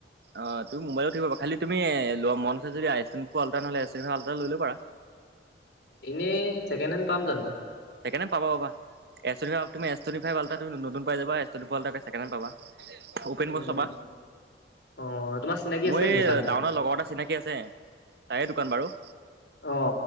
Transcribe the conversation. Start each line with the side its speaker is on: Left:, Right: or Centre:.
Right: অ' তুমি মোবাইলত থবা খালি তুমি লোৱা মন আ যদি আই এ ফ আল্া নহলে এ আল্টা লৈ ল পাৰা।
Left: এনেই চেকেণ্ড হেণ্ড পাম জানো
Right: ছেেণ্ডে পাব এ তুম এ ট ফাইভ তুমিতুন পাইাবা ছেেণ্ড পাবা উপেন
Left: উম
Right: বৈ চাবা
Left: অ তোমাৰ চিনাকি
Right: মোৰ
Left: আছে
Right: এই
Left: দোকান এনেকুৱা
Right: টাউনৰত লগৰ এটা চিনাকী আছে তাই দোকান বাৰু
Left: অ